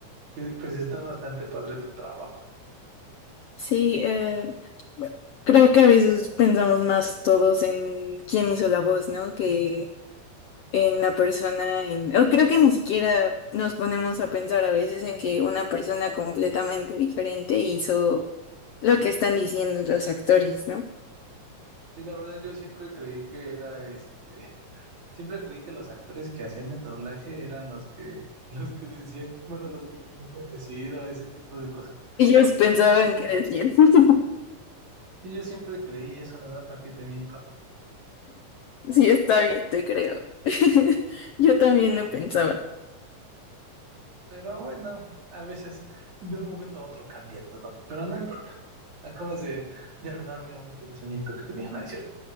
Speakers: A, on the right (about 65°); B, on the left (about 70°).
A: Que, Pues está bastante padre tu trabajo.
B: sí, eh, bueno, creo que a veces pensamos más todos en quién hizo la voz, ¿no? Que en la persona, en... o creo que ni siquiera nos ponemos a pensar a veces en que una persona completamente diferente hizo lo que están diciendo los actores, ¿no?
A: Sí, la verdad yo siempre creí que era este, siempre creí que los actores que hacían el doblaje eran los que, <laughs> los que decían, bueno, los que tenían que decir o ese tipo de cosas.
B: Ellos pensaban
A: Bueno, no, no.
B: que decían. <laughs>
A: Sí, yo siempre creí eso, la verdad, ¿para qué te miento?
B: Sí, está bien, te creo. <laughs> Yo también lo pensaba.
A: Pero bueno, a veces de un momento a otro cambia todo, pero no importa. Acabas de, de arruinarme un pensamiento que tenía, no es cierto.